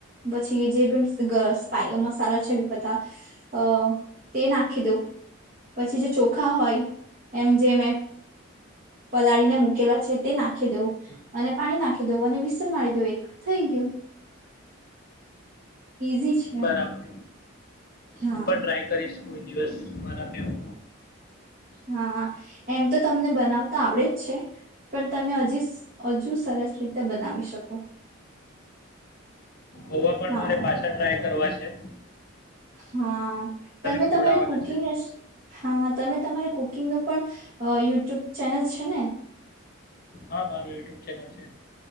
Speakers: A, on the right; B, on the left.
A: પછી જે પણ મસાલા છે બધા અ તે નાખી દઉં પછી જે ચોખા હોય એમ જે મેં પલાળીને મૂકેલા છે તે નાખી દઉં અને પાણી નાખી દઉં અને વિસલ મારી દઉં એક થઈ ગયું ઇઝી છે
B: બરાબર
A: હા
B: હું પણ ટ્રાય કરીશ કોઈ દિવસ મારા ત્યાં
A: હા એમ તો તમને બનાવ તો આવડે જ છે પણ તમે હજી હજુ સરસ રીતે બનાવી શકો
B: હોવા પણ
A: હા
B: મારે પાછા ટ્રાય કરવા છે છે
A: હા તમે
B: ખવડાવવાના
A: તમારી કુકિંગ
B: છે
A: હા તમે તમારે ક કુકિંગનું પણ યુટ્યુબ ચેનલ છે ને
B: હા મારું યુટ્યુબ ચેનલ છે